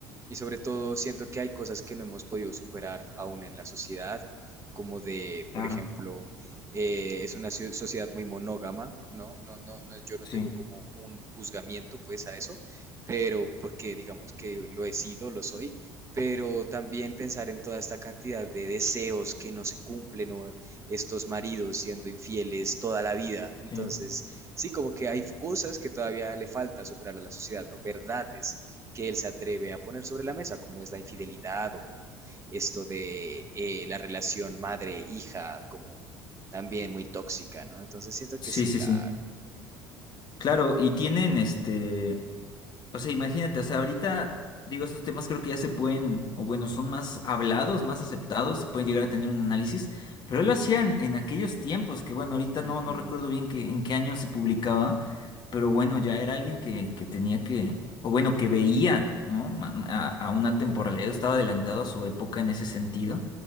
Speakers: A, on the right; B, on the left.
A: y sobre todo siento que hay cosas que no hemos podido superar aún en la sociedad, como de, por
B: Claro.
A: ejemplo, eh, es una ciu- sociedad muy monógama, ¿no? No, no, no, yo no
B: Sí,
A: tengo como un juzgamiento pues a eso, pero porque digamos que lo he sido, lo soy, pero también pensar en toda esta cantidad de deseos que no se cumplen o estos maridos siendo infieles toda la vida. Entonces,
B: sí.
A: sí, como que hay cosas que todavía le falta superar a la sociedad, ¿no? Verdades que él se atreve a poner sobre la mesa, como es la infidelidad o como esto de eh, la relación madre-hija, como también muy tóxica, ¿no? Entonces siento
B: Sí,
A: que sí,
B: sí,
A: claro.
B: sí. Claro, y tienen este. O sea, imagínate, o sea, ahorita, digo, esos temas creo que ya se pueden, o bueno, son más hablados, más aceptados, se puede llegar a tener un análisis, pero él lo hacían en aquellos tiempos, que bueno, ahorita no,
A: Ujú.
B: no recuerdo bien que, en qué año se publicaba, pero bueno, ya era alguien que, que tenía que, o bueno, que veía, ¿no? Ma- ma- A, a una temporalidad, estaba adelantado a su época en ese sentido.